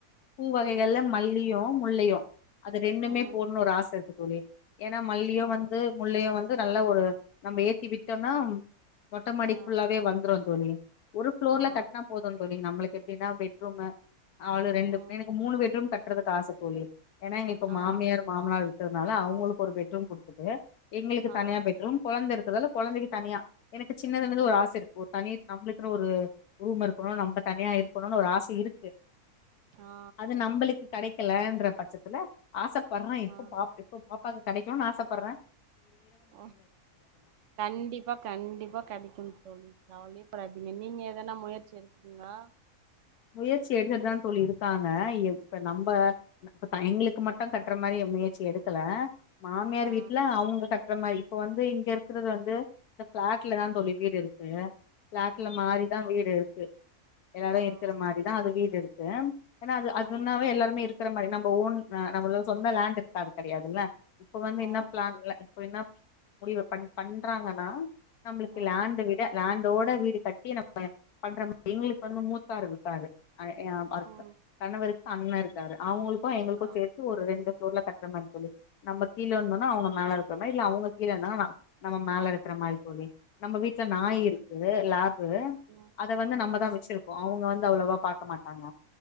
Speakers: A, on the left; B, on the right.
A: பூ வகைகள்ல
B: உ
A: மல்லியும் முள்ளயோ அது ரெண்டுமே
B: உ
A: போடும்னு ஒரு ஆசை த ஏன்னா மல்லியும்
B: ஆ
A: வந்து முள்ளையும் வந்து நல்ல ஒரு நம்ம ஏத்தி விட்டோம்னா மொட்டை மாடி
B: ஆ
A: ஃபுல்லாவே வந்துரும் <inaudible> ஒரு பஃப்ளோர்ல
B: ஆ
A: கட்டினா போதும் சொல்லிங்க நம்மளுக்கு எப்படினா ரொம அவ்வள ரெண்டுபே
B: உ
A: எனக்கு மூணு பெட்ரூம் கட் கட்றதுக் காச கூலி ஏன்னா இங்க இப்ப
B: ஆ
A: மாமியார் மாமனார் இருக்கறனால அவங்களுக்கு ஒரு பெட்ரூம் கொடுத்துட்டு எங்களுக்கு
B: ஆ
A: தனியா பெட்ரூம் கெழந்தை இருக்கு அதெல்லாம் கெழந்தைக்கு தனியா எனக்கு சின்னதுல இருந்து
B: உ
A: ஒரு ஆச இருக்கும் ஒருதனி நம்மளுக்குன்னு ஒரு ரூம் இருக்கணும் நம்ம தனியா இருக்கணும்னு ஒரு ஆச இருக்கு
B: ஆ
A: அது நம்மளுக்கு கிடைக் கெடைக்கலன்ற பட்சத்துல ஆச வரான்
B: ஆ
A: இப்ப பாப்ப பா இப்ப கெடைக்கும்னு ஆசைப்படுறேன்
B: ஓ கண்டிப்பா கண்டிப்பா கெடைக்கும் தோணு நாவழிப்படாதீங்க நீங்க எதன முயற்சி எக்கிறீங்கள
A: முயற்சி எடுத்துதான் தோழி இருக்காங்க இப்ப நம்ம எங்களுக்கு மட்டும் தட்டுற மாரி முயற்சி எடுக்கல மாமியார்
B: ஆ
A: வீட்டுல அவங்க கட்ட அப்புறமாிரி இப்ப வந்து இங்க இருக்கறது வந்து இந்த பிளாட்லதான் தோழி வீடு இருக்கு பிளாட்ல
B: உ
A: மாறிதான் வீடு <inaudible> ஏதாலும்
B: ஆ
A: இருக் இததான் அது வீடு இருக்கு ஏன்னா அது அதுனாவே
B: உ
A: எல்லருமே இருக்கு இருக்கிற மாரி நம்மன் நம்மள சொந்த லேன்டூஇருக்காது கிடாதுல்ல இப்ப வந்து
B: உ
A: என்ன பிளான்ல்ல இப்ப என்ன முடிவு பண் பண்றாங்கன்னா நம்பளுக்கு
B: உ
A: லாண்ட விட லா இதோட வீடு கட்டி நம் பண்ற மாரி எங்களுக்கு வந்து மூத்த பாருக பாரு ஏ அதுகணவருக்கு
B: உ
A: அண்ணன் இருக்காரு அவங்களுக்கும் எங்களுக்கும்
B: ஆ
A: சேர்த்து ஒரு ரெண்டு உங்க ஊர்ல கட்டறதனு தொழில் நம்ம கீழ இருந்தோனா
B: உ
A: அவங்க மேல இருக்கும் இல்ல அவங்க கீழன்னா நா நம்ம மேல இருக்கற மாரி தோழி நம்ம வீட்ல நாய்
B: ஆ
A: இருக்கு லாப்பு
B: உ
A: அத வந்து நம்மதா
B: உ
A: வச்சிருக் அவங்க வந்து அவ்ளவா பாக்க மாட்டாங்க